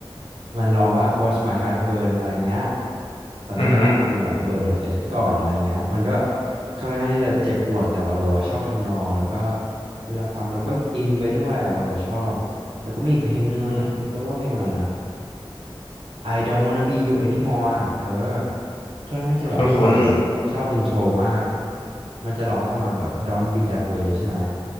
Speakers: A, on the right (about 70°); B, on the left (about 80°).
A: มันร้องว่า Watch My Heart Burn อะไรเงี้ยตอนที่แบบคุณแบบเบิร์นหัวใจฉันก่อนอะไรเงี้ยมันก็
B: อือหือ
A: ค่อนข้างที่จะเจ็บปวดแต่วาโลอ่ะชอบทำนองแล้วก็เวลาฟังแล้วก็อินไปด้วยอ่ะวาโลชอบแล้วก็มีอีกเพลงหนึ่งเขาเรียกว่าเพลงอะไรนะ
B: อืม
A: I don't wanna be you anymore อ่ะเออค่อนข้างจะแบบอร่อยชอบอินโทรมาก
B: คุ้น
A: มันจะร้องประมาณแบบ Don't be that way ใช่ไหม